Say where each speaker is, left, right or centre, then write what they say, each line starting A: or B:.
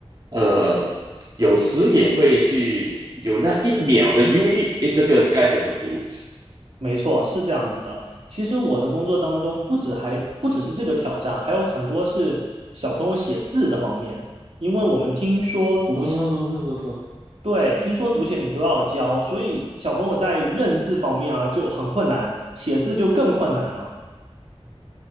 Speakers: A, on the right; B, on the right.
A: 呃，有时也会去有那一秒的犹豫，诶，这个该怎么读？
B: 没错，是这样子的。其实我的工作当中，不止还不只是这个挑战，还有很多是小朋友写字的方面，因为我们听说读写，
A: 哦，
B: 对，听说读写你都要教，所以小朋友在认字方面啊就很困难，写字就更困难了。